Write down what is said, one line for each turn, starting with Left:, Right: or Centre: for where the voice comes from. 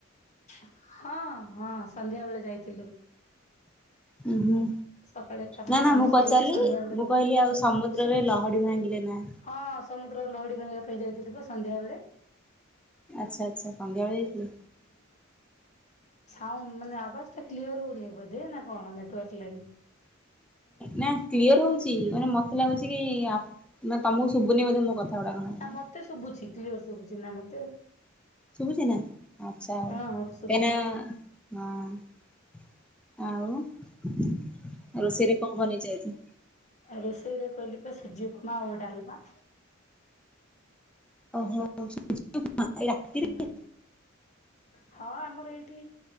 Left: ହଁ ହଁ ସନ୍ଧ୍ୟା ବେଳେ ଯାଇଥିଲୁ।
Centre: ଉଁ ହୁଁ।
Left: ସକାଳେ କାମ
Centre: ନା
Left: କାମ
Centre: ନା ମୁଁ
Left: ସରେଇକି
Centre: ପଚାରିଲି
Left: ସନ୍ଧ୍ୟା ବେଳେ
Centre: ମୁଁ କହିଲି ଆଉ ସମୁଦ୍ରରେ
Left: ସୁ
Centre: ଲହଡ଼ି ଭାଙ୍ଗିଲେନା।
Left: ହଁ ସମୁଦ୍ରରେ ଲହଡ଼ି ଭାଙ୍ଗିବା ପାଇଁ ଯାଇଥିଲିପା ସନ୍ଧ୍ୟା ବେଳେ।
Centre: ଆଚ୍ଛା ଆଚ୍ଛା ସଂଧ୍ୟାବେଳେ ଯାଇଥିଲେ?
Left: ଆ ମାନେ ଆବାଜ ଟା କ୍ଲିୟର ହଉନି ବୋଧେ ନା କଣ ନେଟୱାର୍କ ଲାଗି?
Centre: ନା କ୍ଲିୟର୍ ହଉ ଚି ମାନେ ମତେ ଲାଗୁଛି କି ଆପ୍ ମାନେ ତମକୁ ଶୁବୁନି ବୋଧେ ମୋ କଥା ଗୁଡାକ ନା। କଣ
Left: ନା ମତେ ଶୁଭୁଛି କ୍ଲିୟର ଶୁଭୁଛି ନା ମତେ।
Centre: ଶୁବୁଛି ନା ଆଚଛା
Left: ହଁ ମତେ ଶୁଭୁଛି।
Centre: ଏନା ହଁ ଆଉ ରୋଷେଇରେ କଣ ବନେଇ ଚ ଆଜି?
Left: ଆ ରୋଷେଇରେ କହିଲି ପା ସୁଜି ଉପ୍ମା ଓ ଡାଲମା।
Centre: ଓହୋ। <unintelligible> ସୁଜି ଉପମା ଏଇ ରାତିରେ।
Left: ହୁଁ ହଁ ଆମର ଏଇଠି